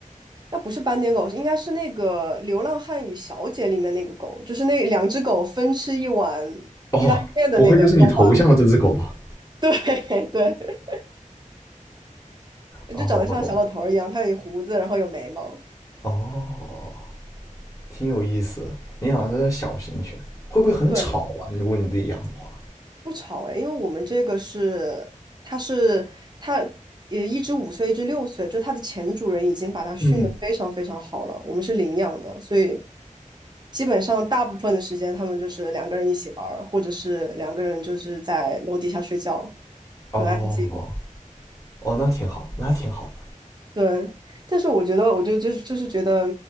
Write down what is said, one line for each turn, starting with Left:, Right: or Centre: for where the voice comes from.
Right: 那不是斑点狗，应该是那个《流浪汉与小姐》里面那个狗，就是那两只狗分吃一碗
Left: 哦，
Right: 意大利面的那个动画。
Left: 不会就是你头像的这只狗吧？
Right: 对 <laughs> 对，
Left: 哦，
Right: 就长得像小老头儿一样，
Left: 我懂了。
Right: 它有胡子，然后有眉毛。
Left: 哦，挺有意思的。你养的是小型犬，会不会很吵啊？
Right: 对，
Left: 如果你自己养的话，
Right: 不吵哎，因为我们这个是，它是它也一只五岁，一只六岁，就它的前主人已经把它训得非常非常好了，
Left: 嗯，
Right: 我们是领养的，所以基本上大部分的时间他们就是两个人一起玩儿，或者是两个人就是在楼底下睡觉，
Left: 哦
Right: 很安静。
Left: 哦哦，那挺好，那挺好的。
Right: 对，但是我觉得，我就就就是觉得，